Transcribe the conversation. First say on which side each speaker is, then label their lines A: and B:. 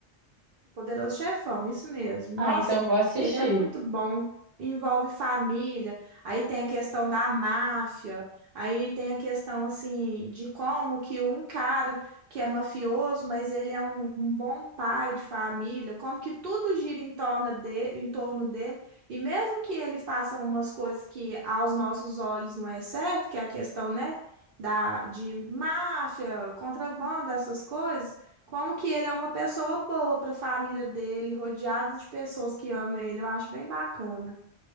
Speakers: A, on the right; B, on the right.
A: Poderoso Chefão, isso mesmo.
B: Ah,
A: Nossa,
B: então vou assistir.
A: ele é muito bom. Envolve família, aí tem a questão da máfia, aí tem a questão assim de como que um cara que é mafioso, mas ele é um, um bom pai de família, como que tudo gira em torno de, em torno dele, e mesmo que ele faça umas coisas que aos nossos olhos não é certo, que é a questão, né, da, de máfia, contrabando, essas coisas como que ele é uma pessoa boa para a família dele, rodeado de pessoas que amam ele, eu acho bem bacana.